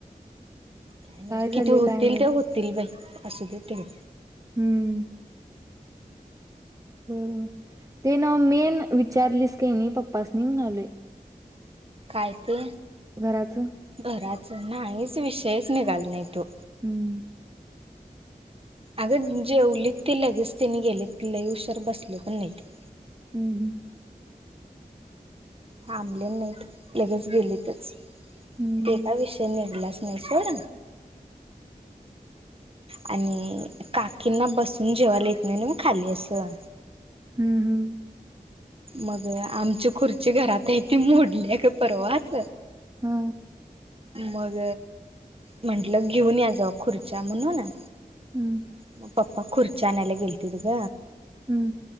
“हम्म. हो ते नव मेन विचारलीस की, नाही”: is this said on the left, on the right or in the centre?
Right